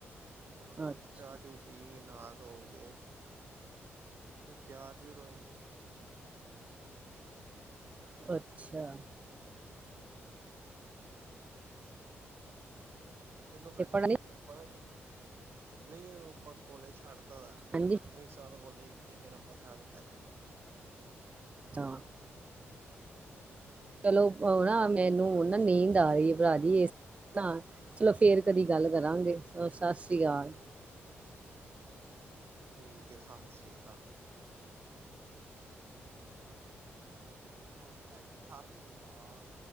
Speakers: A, on the right; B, on the right.
A: ਤੇ ਬ
B: ਅੱਛ
A: ਚਾਹ-ਚੂ' ਪੀ ਕੇ ਨਾ ਧੋ ਕੇ। ਫੇਰ ਤਿਆਰ-ਤੁਆਰ ਰੋਏ।
B: ਅੱਛਾ।
A: ਚਲੋ ਭੈਣ
B: ਤੇ ਪੜ੍ਹਨ
A: ਜੀ ਆਪਾਂ, ਨਈ ਉ ਆਪਾਂ ਕੋਲੇਜ ਛੱਡਤਾ ਦਾ
B: ਹਾਂਜੀ
A: ਏਕ ਸਾਲ ਕੋਲੇਜ ਕੀਤਾ ਸੀ ਫੇਰ ਆਪਾਂ ਛੱਡ ਦਿੱਤੈ।
B: ਤਾਂ। ਚਲੋ ੳ ਨਾ ਮੈਨੂੰ
A: ਹਾਂਜੀ
B: ਨਾ ਨੀਂਦ ਆ ਰਈ ਭਰਾ ਇਸ ਤਾਂ, ਚਲੋ ਫੇਰ ਕਦੀ ਗੱਲ ਕਰਾਂਗੇ ਸਤਿ ਸ੍ਰੀ ਕਾਲ।
A: ਠੀਕ ਏ ਸਤਿ ਸ੍ਰੀ ਕਾਲ। ਹੋਰ ਭੈਣ ਜੀ ਸਤਿ ਸ੍ਰੀ ਕਾਲ।